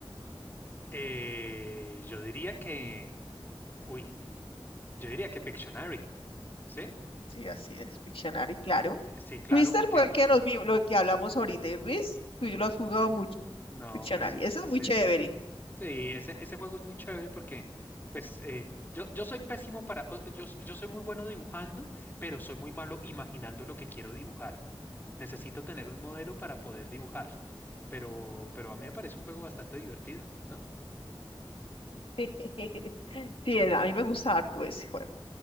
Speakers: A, on the left; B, on the left.
A: Eh, yo diría que, uy, yo diría que Pictionary, ¿sí?
B: Sí, así es, Pictionary, claro.
A: Sí, claro,
B: Twister
A: porque,
B: fue el que nos vimos, lo que hablamos ahorita, y Risk, tú y yo lo has jugado mucho,
A: no,
B: Pictionary.
A: pues sí,
B: Ese
A: sí,
B: es muy
A: sí,
B: chévere.
A: sí, sí. Sí, ese, ese juego es muy chévere porque, pues, eh, yo, yo soy pésimo para, o- yo, s- yo soy muy bueno dibujando, pero soy muy malo imaginando lo que quiero dibujar. Necesito tener un modelo para poder dibujar, pero, pero a mí me parece un juego bastante divertido, ¿no?
B: <laughs> Sí, a mí me gusta harto ese juego.